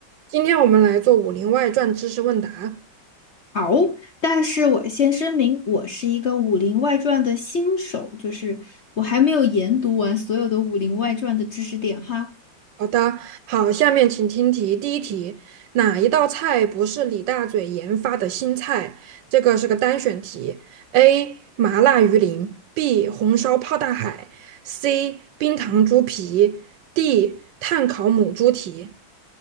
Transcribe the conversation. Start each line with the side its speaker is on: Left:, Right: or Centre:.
Right: 今天我们来做《武林外传》知识问答。
Left: 好，但是我先声明，我是一个《武林外传》的新手，就是我还没有研读完所有的《武林外传》的知识点哈。
Right: 好的，好，下面请听题。第一题，哪一道菜不是李大嘴研发的新菜？这个是个单选题。A. 麻辣鱼鳞，B. 红烧泡大海，C. 冰糖猪皮，D. 炭烤母猪蹄，